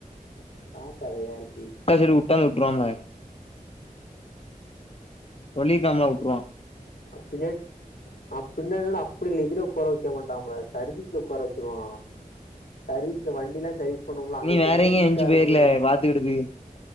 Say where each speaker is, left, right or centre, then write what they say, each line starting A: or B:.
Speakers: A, on the left; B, on the left.
A: என்னடா கதையா இருக்கு
B: ஆ சரி வுட்டாலு வுட்றுவாக சொல்லி இருக்காம்ல வுட்டுருவா
A: ஆ பின்னே ஆ பின்னா என்னாங்க அப்டி இதுல உக்கார வெக்க மாட்டாம்ல சர்வீஸ்ல உக்கார வச்சிருவா சர்வீஸ்ல வண்டி எல்லா சர்வீஸ் பண்ணுவோலா அங்க
B: நீ வேற
A: ரொம்ப
B: எங்கயும்
A: ஹீட்டா
B: என்ச்சு
A: இருக்குனு
B: போயிர்ல
A: எங்க
B: பாத்துக்கிடுது